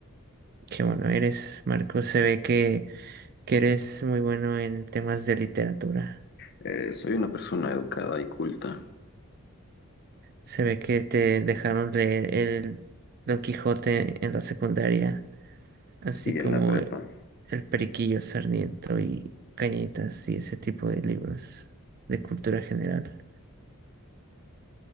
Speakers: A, on the right; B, on the left.
A: Qué bueno eres, Marco. Se ve que, que eres muy bueno en temas de literatura.
B: Eh, soy una persona educada y culta.
A: Se ve que te dejaron leer el Don Quijote en la secundaria, así
B: Y
A: como
B: en la prepa.
A: El Periquillo Sarmiento y Cañitas y ese tipo de libros de cultura general.